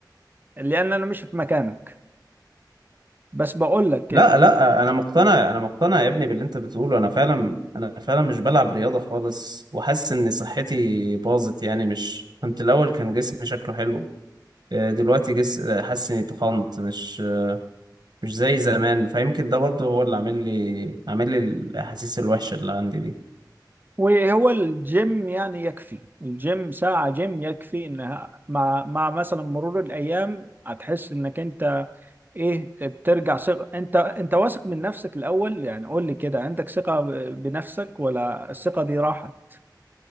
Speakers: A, on the right (about 25°); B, on the right (about 60°).
A: لان انا مش في مكانك بس بقول لك
B: لا
A: ال-
B: لا انا مقتنع انا مقتنع يا ابني باللي انت بتقوله انا فعلا انا فعلا مش بلعب رياضة خالص وحاسس ان صحتي باظت يعني مش كنت الاول كان جسمي شكله حلو آه، دلوقتي جس حاسس اني تخنت مش مش زي زمان فيمكن ده برضه هو اللي عامل لي عامل لي الاحاسيس الوحشه اللي عندي دي
A: وهو الجيم يعني يكفي الجيم ساعة جيم يكفي انها مع مع مثلا مرور الايام هتحس انك انت ايه بترجع ثقة انت انت واثق من نفسك الاول يعني قول لي كده عندك ثقة ب- بنفسك ولا الثقة دي راحت